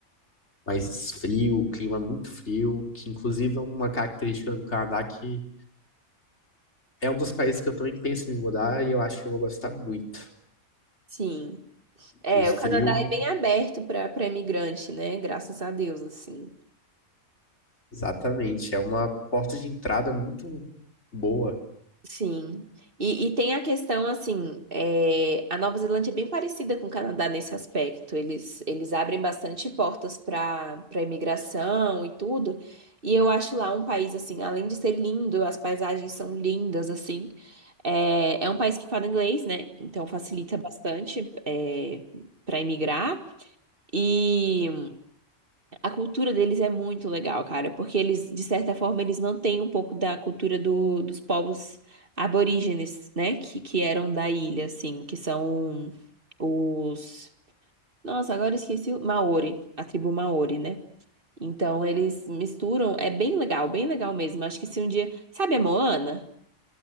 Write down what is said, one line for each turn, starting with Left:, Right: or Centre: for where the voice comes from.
Left: mais frio, clima é muito frio, que inclusive é uma característica do Canadá que é um dos países que eu também penso em me mudar e eu acho que eu vou gostar muito.
Right: Sim. É,
Left: O frio,
Right: o Canadá é bem aberto para para imigrante, né? Graças a Deus, assim.
Left: exatamente, é uma porta de entrada muito boa.
Right: Sim. E, e tem a questão, assim, é, a Nova Zelândia é bem parecida com o Canadá nesse aspecto. Eles, eles abrem bastante portas para para imigração e tudo. E eu acho lá um país, assim, além de ser lindo, as paisagens são lindas, assim. É, é um país que fala inglês, né? Então facilita bastante, é, para imigrar. E. A cultura deles é muito legal, cara, porque eles, de certa forma, eles mantêm um pouco da cultura do- dos povos aborígenes, né? Que, que eram da ilha, assim, que são os. Nossa, agora eu esqueci o Maori, a tribo Maori, né? Então eles misturam, é bem legal, bem legal mesmo. Acho que se um dia. Sabe a Moana?